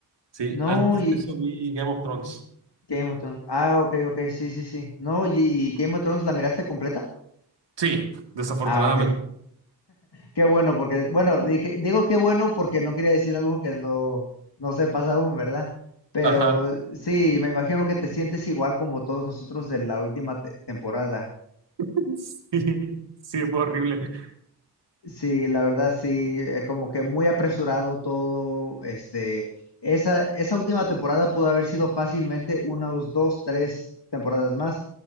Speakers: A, on the right (about 85°); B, on the left (about 70°).
A: sí,
B: No,
A: antes
B: y
A: de eso vi Game of Thrones.
B: ujú, Game of Thrones. Ah, ok, ok, sí, sí, sí. No, y, y Game of Thrones, ¿la miraste completa?
A: Sí, desafortunadamente.
B: Ah, ok. Qué bueno, porque, bueno, dije, digo qué bueno porque no quería decir algo que no, no sepas aún, ¿verdad? Pero
A: Ajá.
B: sí, me imagino que te sientes igual como todos nosotros de la última te- temporada.
A: <laughs> Sí, sí, fue horrible.
B: Sí, la verdad, sí, eh, como que muy apresurado todo, este, esa, esa última temporada pudo haber sido fácilmente unas dos, tres temporadas más,